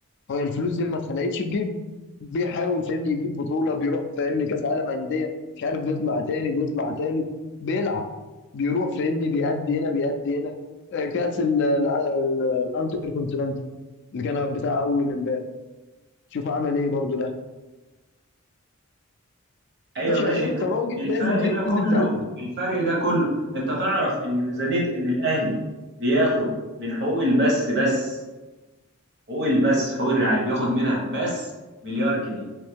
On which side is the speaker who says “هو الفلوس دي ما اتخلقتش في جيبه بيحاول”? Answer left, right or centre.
Left